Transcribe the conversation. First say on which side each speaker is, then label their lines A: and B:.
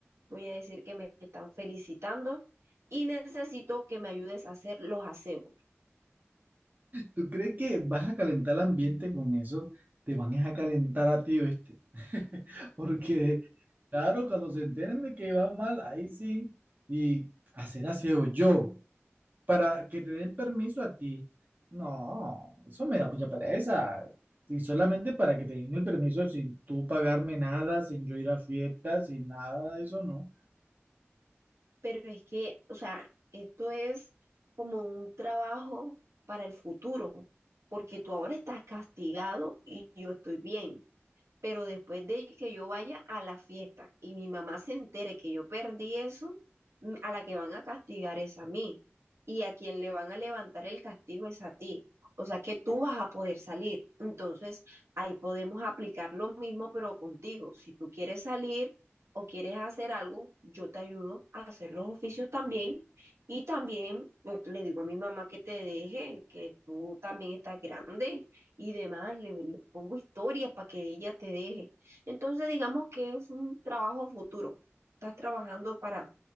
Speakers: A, on the right (about 75°); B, on the right (about 40°).
A: voy a decir que me están felicitando y necesito que me ayudes a hacer los aseos.
B: ¿Tú crees que vas a calentar el ambiente con eso? Te van a calentar a ti, ¿oíste? <laughs> Porque, claro, cuando se enteren de que va mal, ahí sí, y hacer aseo yo, para que te den permiso a ti. No, eso me da mucha pereza. Y solamente para que te den el permiso sin tú pagarme nada, sin yo ir a fiestas, sin nada de eso, no.
A: Pero es que, o sea, esto es como un trabajo para el futuro, porque tú ahora estás castigado y yo estoy bien. pero después de que yo vaya a la fiesta y mi mamá se entere que yo perdí eso, mm, a la que van a castigar es a mí y a quien le van a levantar el castigo es a ti. O sea que tú vas a poder salir. Entonces, ahí podemos aplicar lo mismo, pero contigo. Si tú quieres salir o quieres hacer algo, yo te ayudo a hacer los oficios también. Y también pues, le digo a mi mamá que te deje, que tú también estás grande y demás, le, le pongo historias para que ella te deje. Entonces, digamos que es un trabajo futuro. Estás trabajando para,